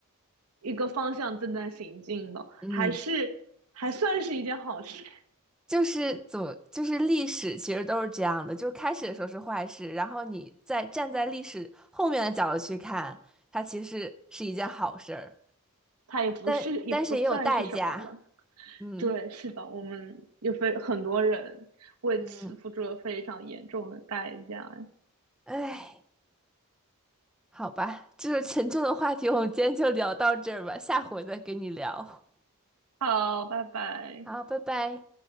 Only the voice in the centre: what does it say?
嗯，
就是怎么，就是历史其实都是这样的，就是开始的时候是坏事，然后你再站在历史后面的角度去看，它其实是一件好事儿，
但但是也有代价。嗯
嗯，哎。好吧，这是沉重的话题，我们今天就聊到这儿吧，下回再跟你聊。
好，拜拜。